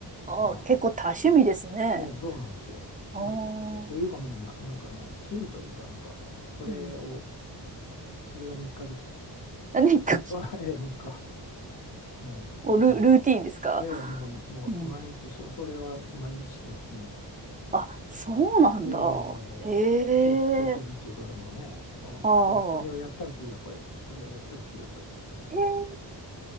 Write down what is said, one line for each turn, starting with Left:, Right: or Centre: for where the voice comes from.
Right: あー、
Left: まあ
Right: 結構多趣味ですね。
Left: そうそうなんですよ。
Right: ああ。
Left: もうねえというかもうな、なんかね趣味というかなんかそれを
Right: うん。
Left: それが日課です。
Right: 何か
Left: <laughs> えー日課。もうほとんど。
Right: お、ル、ルーティーンですか
Left: ええ、もう、もう毎日そ、
Right: うん。
Left: それは毎日してますね。
Right: あ、そうなんだ。
Left: ええ、
Right: へえ。
Left: ちょ、ちょっとずつどれもね、こうこれ、
Right: ああ。
Left: これをやったら次はこれ、これをやったら次はこれっていう感じ
Right: へえ。